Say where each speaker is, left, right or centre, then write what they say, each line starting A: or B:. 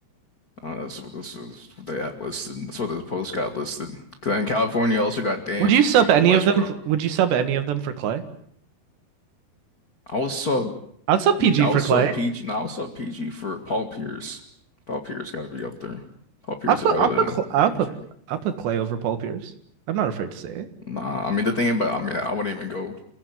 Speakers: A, on the left; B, on the right.
A: Uh, that's what this is what they have listed. That's what this post got listed. Because in California, you also got Dame,
B: Would you sub
A: you know,
B: any
A: Westbrook.
B: of them? f- Would you sub any of them for Clay?
A: I was
B: I'd sub
A: saw
B: PG
A: P.
B: for
A: I
B: Clay.
A: was saw PG. No, I was saw PG for Paul Pierce. Paul Pierce got to be up there. Paul Pierce
B: I put
A: is better
B: I
A: than
B: put Cl- I
A: PG.
B: put I put Clay over Paul Pierce. I'm not afraid to say it.
A: Nah, I mean the thing about I mean I wouldn't even go